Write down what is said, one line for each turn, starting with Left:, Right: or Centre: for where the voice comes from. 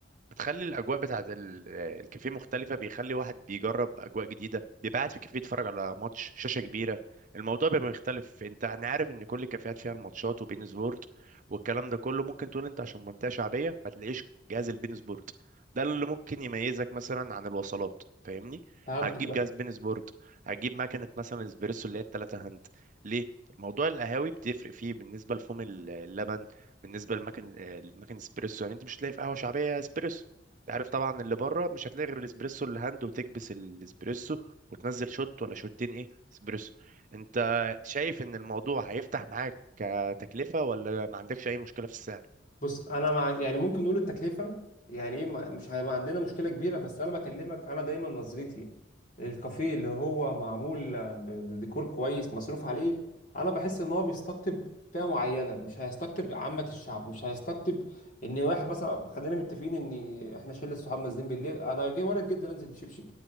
Right: بتخلي الأجواء بتاعة ال- الكافيه مختلفة بيخلي واحد بيجرب أجواء جديدة بيبقى قاعد في كافيه يتفرج على ماتش شاشة كبيرة الموضوع بيبقى مختلف انت انا عارف ان كل الكافيهات فيها الماتشات وبين سبورت والكلام ده كله ممكن تقول انت عشان منطقة شعبية ما تلاقيش جهاز البين سبورت ده اللي ممكن يميزك مثلا عن الوصلات فاهمني
Left: فهمتك
Right: هتجيب
Left: بقى
Right: جهاز بين سبورت هتجيب مكنة مثلا اسبريسو اللي هي التلاتة هند ليه موضوع القهاوي بتفرق فيه بالنسبة لفوم اللبن بالنسبه لمكن المكن اسبريسو يعني انت مش هتلاقي في قهوه شعبيه اسبريسو انت عارف طبعا اللي بره مش هتلاقي غير الاسبريسو اللي هاند وتكبس الاسبريسو وتنزل شوت ولا شوتين ايه اسبريسو انت شايف ان الموضوع هيفتح معاك كتكلفه ولا ما عندكش اي مشكله في السعر
Left: بص انا مع يعني ممكن نقول التكلفه يعني ايه ما- مش هيبقى عندنا مشكله كبيره بس انا بكلمك انا دايما نظرتي للكافيه اللي هو معمول بديكور كويس مصروف عليه انا بحس ان هو بيستقطب فئه معينه مش هيستقطب عامه الشعب مش هيستقطب ان واحد مثلا خلينا متفقين ان احنا شله صحاب نازلين بالليل انا جاي وارد جدا انزل بشبشب